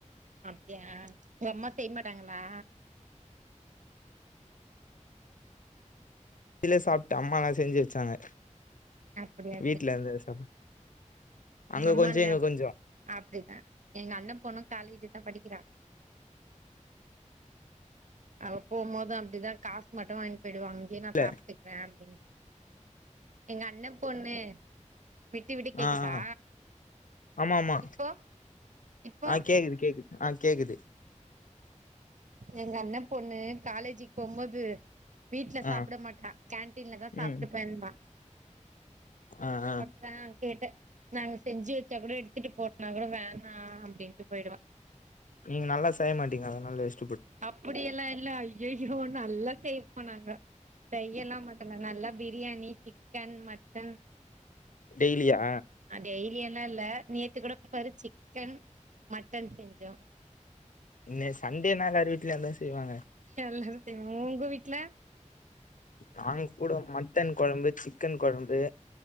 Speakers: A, on the right (about 70°); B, on the left (about 90°).
A: அப்டியா என் அம்மா செய்யமாட்டாங்ளா
B: வெளில சாப்ட்டே அம்மா வேற செஞ்சு வச்சாங்க
A: அப்டியா
B: வீட்ல இருந்து எதோ சாப்
A: எங்க
B: அங்க
A: அம்மான்னா
B: கொஞ்சோ இங்க கொஞ்சோ
A: அப்டிதா எங்க அண்ணன் பொண்ணும் காலேஜ் தா படிக்கிறா அவ போம்போதும் அப்டிதா காசு மட்டு வாங்கிட்டு போயிடுவா அங்கயே நா
B: இல்ல
A: சாப்ட்டுக் குறே அப்டின்ன எங்க அண்ண பொண்ணு விட்டு விட்டு கேக்குதா
B: ஆ ஆ ஆமா ஆமா
A: இப்போ இப்போ
B: ஆ கேக்குது கேக்குது ஆ கேக்குது
A: எங்க அண்ண பொண்ணு காலேஜிக்கு போம்போது வீட்ல சாப்ட
B: ஆ
A: மாட்டா கேன்டீன்லதா சாப்ட்டுப்பேம்பா
B: ம் ஆ ஆ
A: அத்தா கேட்டே நாங்க செஞ்சு வச்சா கூட எடுத்துட்டு போனா கூட வேணா அப்டின்ட்டு போயிடுவா
B: நீங்க நல்லா செய்யமாட்டிங்க அதனால வெஸ்
A: அப்படியெல்லா இல்ல ஐய்யய்யோ நல்லா செய்வோ நாங்க செய்ய எல்லா மாட்டோ இல்ல நல்லா பிரியாணி சிக்கன் மட்டன்
B: டெய்லியா
A: ஆ டெய்லி எல்லா இல்ல நேத்துகூட பாரு சிக்கன் மட்டன் செஞ்சோ
B: இல்ல சண்டேநால லாரு வீட்லயு அதா செய்வாங்க
A: எல்லாரு தெ உங்க வீட்ல
B: நாங்க கூட மட்டன் கொழம்பு சிக்கன் கொழம்பு